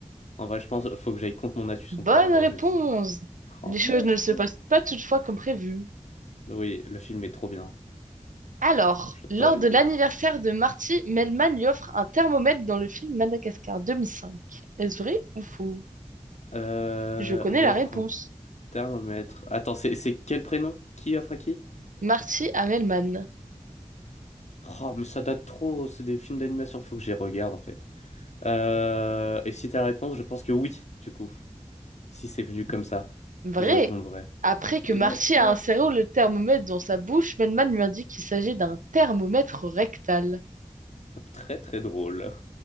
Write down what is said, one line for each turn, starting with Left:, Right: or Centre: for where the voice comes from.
Left: En vrai, je pense faut que j'aille contre mon Atus,
Right: Bonne
Left: pour avoir
Right: réponse!
Left: juste. Oh,
Right: Les choses
Left: let's
Right: ne se
Left: go.
Right: passent pas toutefois comme prévu.
Left: Oui, le film est trop bien.
Right: Alors,
Left: J'adore
Right: lors
Left: les
Right: de
Left: mignons.
Right: l'anniversaire de Marty, Melman lui offre un thermomètre dans le film Madagascar 2005. Est-ce vrai ou faux?
Left: Euh...
Right: Je connais
Left: Lui
Right: la
Left: offre
Right: réponse.
Left: un thermomètre. Attends, c'est c'est quel prénom? Qui offre à qui?
Right: Marty à Melman.
Left: Oh, mais ça date trop, c'est des films d'animation, faut que j'y regarde en fait. Euh... Et si t'as la réponse, je pense que oui, du coup. Si c'est venu comme ça,
Right: Vrai!
Left: je réponds vrai.
Right: Après que
Left: Let's
Right: Marty
Left: go.
Right: a inséré le thermomètre dans sa bouche, Melman lui indique qu'il s'agit d'un thermomètre rectal.
Left: Très très drôle.